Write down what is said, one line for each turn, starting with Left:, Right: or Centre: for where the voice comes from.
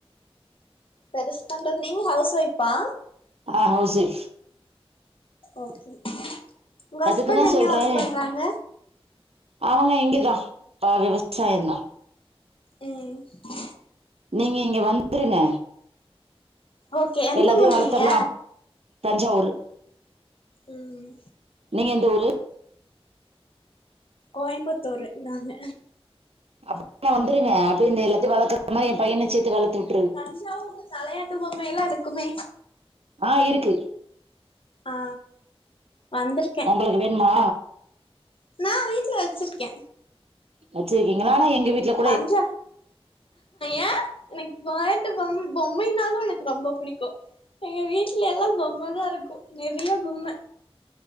Left: பெருஸ் பண்றது நீங்க ஹவ்ஸ் ஒய்ஃபா
Right: ஆ ஹவ்ஸ் ஒய்ஃப்
Left: ஓகே உங்க
Right: அதுக்குதா
Left: ஹஸ்பண் என்ன
Right: சொல்றே
Left: ஒர்க் பண்றாங்க
Right: அவங்க இங்கதா அ விவசாயந்தா
Left: ம்
Right: நீங்க இங்க வந்துருங்க
Left: ஓகே எந்த
Right: எல்லாத்தையு
Left: ஊர்
Right: வளத்தர்லாம்
Left: நீங்க
Right: தஞ்சாவூரு
Left: ம்
Right: நீங்க எந்த ஊரு
Left: கோயம்புத்தூரு நாங்க
Right: <unintelligible> வந்துருங்க அப்டியே இந்த எல்லாத்தையு வளக்கற மாரி எ பையன சேர்த்து வளத்தியுட்
Left: தஞ்சாவூர்ல தலையாட்டு பொம்மையெல்லா இருக்குமே
Right: ஆ இருக்கு
Left: ஆ வந்திருக்கே
Right: உங்களுக்கு வேண்மா
Left: நா வீட்ல வச்சிருக்கே
Right: வச்சிருக்கங்கள ஆனா எங்க வீட்டுல
Left: பஞ்ச ஏ எனக்கு வெளயாட்டு பொம்ம பொம்மைனாலு எனக்கு ரொம்ப புடிக்கு எங்க வீடல எல்லா பொம்மதா தா இருக்கு நெறைய பொம்ம